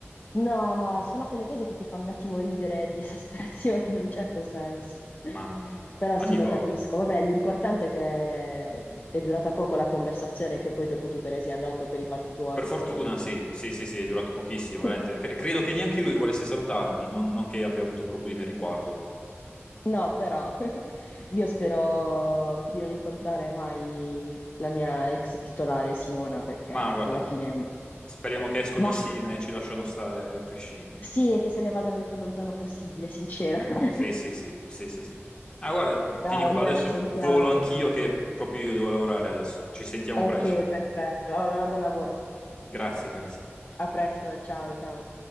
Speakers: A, on the left; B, on the left.
A: No, no, sono quelle cose che ti fanno un attimo ridere di esasperazione in un certo senso.
B: Mamma mia,
A: Però sì,
B: ogni
A: lo
B: volta.
A: capisco. Vabbè, l'importante è che è durata poco la conversazione e che poi dopo tu te ne sei andato per i fatti tuoi.
B: Per fortuna, sì, sì, sì, sì, è durato pochissimo,
A: <laughs>
B: veramente. C- credo che neanche lui volesse salutarmi, non, non che abbia avuto problemi a riguardo.
A: No, però <laughs> io spero di non incontrare mai la mia ex titolare Simona perché
B: Ma guarda,
A: alla fine...
B: speriamo che escono
A: Ma
B: insieme e ci lasciano stare a prescindere.
A: sì, è che se ne vadano il più lontano possibile, sincero. <laughs>
B: Sì, sì, sì, sì, sì, sì. Ah, guarda,
A: Dai,
B: ti dico,
A: allora
B: adesso
A: ci sentiamo.
B: volo anch'io che proprio io devo lavorare adesso. Ci sentiamo
A: Ok,
B: presto.
A: perfetto. Allora, buon lavoro.
B: Grazie, grazie.
A: A presto, ciao ciao.